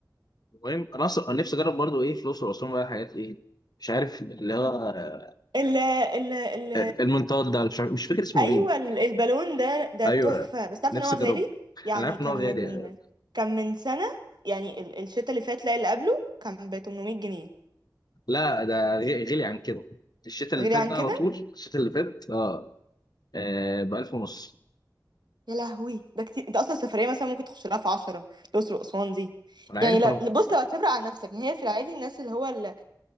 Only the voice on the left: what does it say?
المهم انا اصلا أنا نفسي اجرب برضه ايه في الاقصر واسوان بقى حاجات ايه مش عارف اللي هو آه،
آه، المنطاد ده مش عارف- مش فاكر اسمه
ايه
ايوه
نفسي
اجربه
انا عارف
ان هو غالي
لا ده غ- غلي عن كده الشتاء اللي
فات
ده
على طول الشتاء اللي فات اه, آه ب 1000 ونص
انا عارف
انا ممكن.